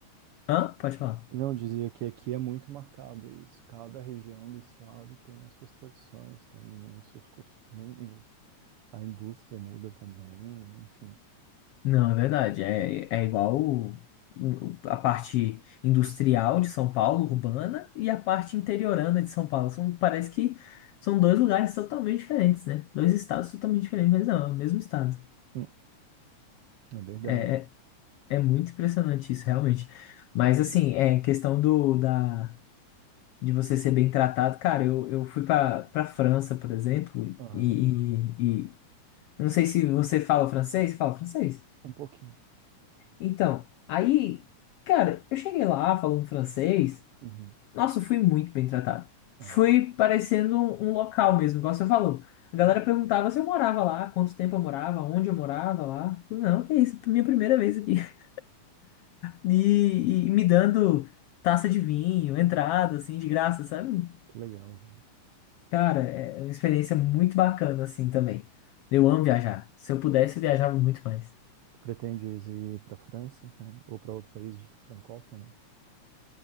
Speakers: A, on the left; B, on the right.
A: Hã? Pode falar.
B: Não, eu dizia que aqui é muito marcado isso. Cada região do estado tem as suas tradições, tem os seus costumes, a indústria muda também, enfim.
A: Não, é verdade. É,
B: Ah,
A: é igual o- o- a parte industrial de São Paulo, urbana, e a parte interiorana de São Paulo. São, parece que são dois lugares totalmente diferentes, né? Dois estados totalmente diferentes, mas não, é o mesmo estado.
B: Hum, É verdade.
A: É, é, é muito impressionante isso, realmente. Mas, assim, é questão do, da, de você ser bem tratado. Cara, eu, eu fui pra, pra França, por exemplo, e,
B: Aham,
A: e, e- não sei se você fala francês. Fala francês?
B: Um pouquinho.
A: Então, aí, cara, eu cheguei lá falando francês.
B: Uhum.
A: Nossa, eu fui muito bem tratado.
B: Ah,
A: Fui parecendo um, um local mesmo, igual você falou.
B: sim.
A: A galera perguntava se eu morava lá, quanto tempo eu morava, onde eu morava lá. Falei, Não, que isso, minha primeira vez aqui. <laughs> E, e me dando taça de vinho, entrada, assim, de graça, sabe?
B: que legal, João.
A: Cara, é uma experiência muito bacana, assim, também. Eu amo viajar. Se eu pudesse, eu viajava muito mais.
B: Tu pretendes ir para França, cara? Ou para outro país de francófono?